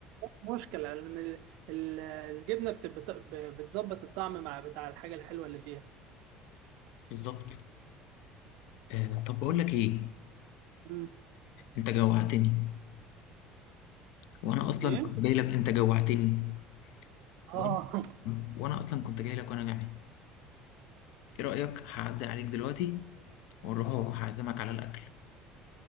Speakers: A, on the right (about 65°); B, on the left (about 65°).
A: مشكله لان ال- ال- الجبنه بت- بت- بتظبط الطعم مع بتاع الحاجه الحلوه اللي فيها
B: بالظبط آه طب بقول لك إيه
A: امم
B: أنت جوعتني وأنا أصلا
A: ايه
B: كنت جاي لك أنت جوعتني وأنا
A: اه <laughs>
B: وأنا أصلا كنت جاي لك وأنا جعان إيه رأيك هعدي عليك دلوقتي والربع هعزمك على الأكل